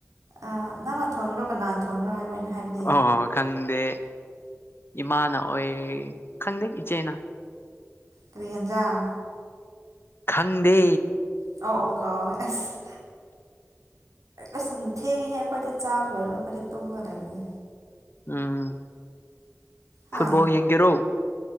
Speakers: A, on the right (about 85°); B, on the left (about 45°).
A: ꯑ ꯅꯪꯅ ꯊꯣꯡꯉꯤꯔꯣ ꯀꯅꯥꯅ ꯊꯣꯡꯉꯤꯔꯣ ꯍꯥꯏꯕ ꯑꯩꯅ ꯍꯥꯏꯕꯗꯤ
B: ꯑꯣ ꯈꯪꯗꯦ ꯏꯃꯥꯅ ꯑꯣꯏ ꯈꯪꯗꯦ ꯏꯆꯦꯅ
A: ꯀ꯭ꯔꯤ ꯍꯦꯟꯖꯥꯡ
B: ꯈꯪꯗꯦ
A: ꯑ ꯑꯣ ꯍꯥꯎꯋꯦ ꯑꯁ ꯑꯁ ꯊꯦꯡꯉꯤꯍꯦ ꯑꯈꯣꯏꯗꯤ ꯆꯥꯕ ꯂꯣꯏꯔꯒ ꯑꯈꯣꯏꯗꯤ ꯇꯨꯝꯃꯗꯣꯢꯅꯤ
B: ꯎꯝ
A: ꯍꯥ
B: ꯐꯨꯠꯕꯣꯜ ꯌꯦꯡꯒꯦꯔꯣ